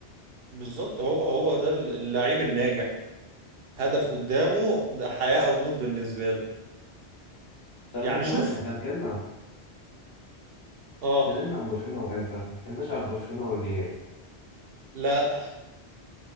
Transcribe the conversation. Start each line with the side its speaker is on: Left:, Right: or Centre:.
Right: بالظبط هو هو ده اللعيب الناجح هدف قدامه ده حياة او موت بالنسبة له
Left: طب
Right: يعني
Left: المهم
Right: شوف
Left: احنا اتكلمنا
Right: اه
Left: اتكلمنا عن برشلونة وانتر ما اتكلمناش عن برشلونة والريال
Right: لا